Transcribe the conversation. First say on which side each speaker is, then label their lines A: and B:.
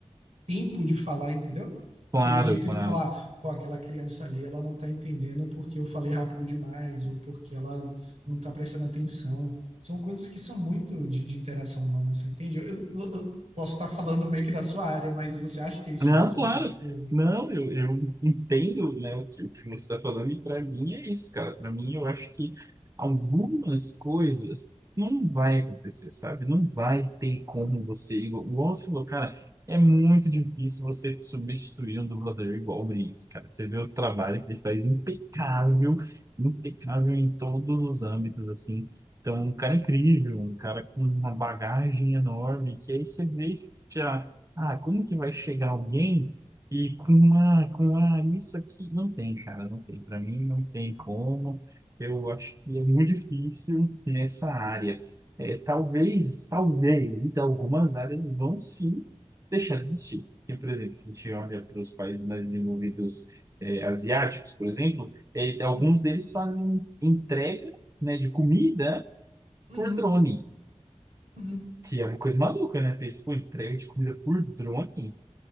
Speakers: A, on the right; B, on the right.
A: tempo de falar, entendeu?
B: Claro,
A: Aquele jeito
B: claro.
A: de falar, pô, aquela criança ali, ela não tá entendendo porque eu falei rápido demais ou porque ela não tá prestando atenção. São coisas que são muito de, de interação humana, você entende? Eu, eu- eu posso estar falando meio que da sua área, mas você acha que é isso
B: Não,
A: mesmo?
B: claro.
A: Que, tipo,
B: Não, eu, eu entendo, né, o que, o que você está falando, e para mim é isso, cara. Para mim, eu acho que algumas coisas não vai acontecer, sabe? Não vai ter como você, igual igual você falou, cara, é muito difícil você substituir um dublador igual o Briggs, cara. Você vê o trabalho que ele faz impecável,
A: uhum,
B: impecável em todos os âmbitos, assim. Então, um cara incrível, um cara com uma bagagem enorme, que aí você vê. Ah, como que vai chegar alguém e com uma, com uma, isso aqui não tem, cara, não tem. Para mim não tem como. Eu acho que é muito difícil nessa área. É, talvez, talvez algumas áreas vão sim deixar de existir. Porque, por exemplo, a gente olha para os países mais desenvolvidos, é, asiáticos, por exemplo, é, alguns
A: uhum,
B: deles fazem entrega, né, de comida
A: uhum,
B: por drone,
A: uhum.
B: que é uma coisa maluca, né? Pensa, pô, entrega de comida por drone?